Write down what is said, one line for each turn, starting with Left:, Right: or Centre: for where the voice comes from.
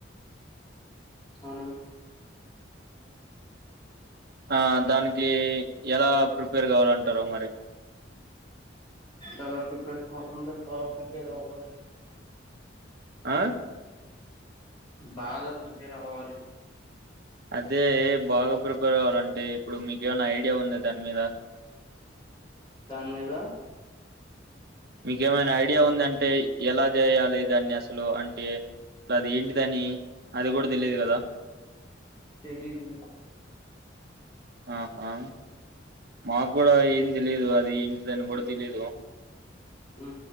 Left: అవ్నా
Right: ఆ దానికీ ఎలా ప్రిపేర్ కావాలంటారు మరి.
Left: ఎలా ప్రిపేర్ కావాలంటే బాగా ప్రిపేర్ అవ్వాలి.
Right: ఆ
Left: బాగా ప్రిపేర్ అవ్వాలి.
Right: అదే బాగా ప్రిపేర్ కావాలంటే ఇప్పుడు మీకేమైనా ఐడియా ఉంది దాని మీద.
Left: దాని మీదా
Right: మీక్ ఏమైనా ఐడియా ఉందంటే, ఎలా చేయాలి దాన్ని అసలూ అంటే. అది ఏంటిదని అది గూడ తెలీయదు గదా.
Left: తెలీదు.
Right: ఆహా మాకు కూడా ఏం తెలీదు అది ఏంటి దని కూడా తెలీదు.
Left: ఆ